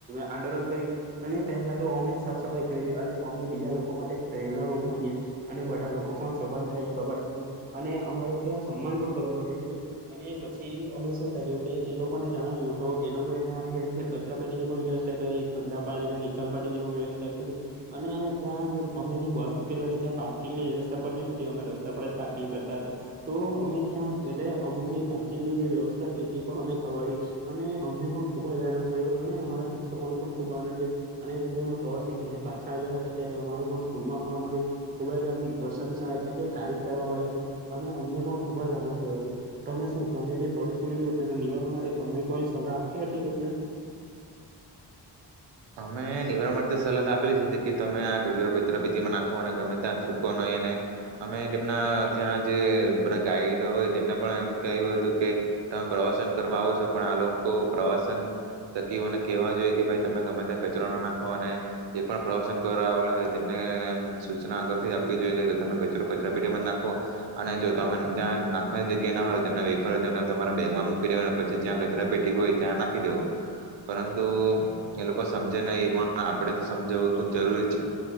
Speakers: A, on the right; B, on the right.
A: આંદોલન કર્યું અને પહેલા તો અમે જ સાફ સફાઈ કયરી અને અમે બીજા લોકો માટે પ્રેરણારૂપ બનીયા અને બધા લોકો પણ સબત થાય એ બાબત અને અમારું ત્યાં સન્માન પણ કરવામાં આવ્યું હતું અને પછી અમે શું કર્યું કે એ લોકોને જણાવ્યુંતું એ લોકોએ ત્યાં ઠેર ઠેર કચરા પેટીની પણ વ્યવસ્થા કરી ગંડા પાણીના નિકાલ માટેની પણ વ્યવસ્થા કરી અને ત્યાં જે અમે જે બસ મકી ત્યાં પાર્કિંગની વ્યવસ્થા પણ નઈ થતી અમે રસ્તા પર જ પાર્કિંગ કરતા હતા ટો અમે ત્યાં એટલે અમુક ની પાર્કિંગની જે વ્યવસ્થા હતી તે પણ અમે કરવાડી અને અમને પણ ખુબ જ આનંદ થયો અને અમારા શિક્ષકોને પણ ખૂબ આનંદ થયો અને જયારે અમે પ્રવાસથી ઘરે પાછા આવ્યા હતા ત્યારે અમારૂ પણ સ્કૂલમાં પણ અમારી ખૂબ જ આમ પ્રશંસા એટલે કે તારીફ કરવામાં આવી હતી અને અમને પણ ખૂબ જ આનંદ થયો છે તમે શું તમે જે પ્રડુષણ જોયું તેના નિવારણ માટે તમે કોઈ સલાહ આપી હતી એ લોકોને
B: અમે નિવારણ માટે સલાત તો આપેલી જ હતી કે તમે આ કજરો કચરાપેતિમાં નાખો અને ગમે ત્યાં થૂકો નહીં અને અમે તેમના ત્યાં જે બધા ગાઈડ હોય તેમને પણ એમ કહ્યું હતું કે તમે પ્રવાસન કરવા આવો છો પણ આ લોકો પ્રવાસન તકીઓને કેહેવા જોઈએ કે ભાઈ તમે ગમે ત્યાં કચરો ના નાખો અને જે પણ પ્રવાસન કરવા આવલા હોય તેમને આમ સૂચનાના આ જ આપવી જોઈએ તમે કચરો કચરા પેટીમાં જ નાખો અને જો તમે જયાં નાખવાની જગ્યા ના હોય તેમના વેપર તેમના તમારા બેગમાં મૂકી ડેવાના પછી જ્યાં કચરાપેટી હોય ત્યાં નાખી દેવો પરંતુ એ લો કો સમજે નહીં પણ આપડે તો સમજાવવું ખૂબ જરૂરી છે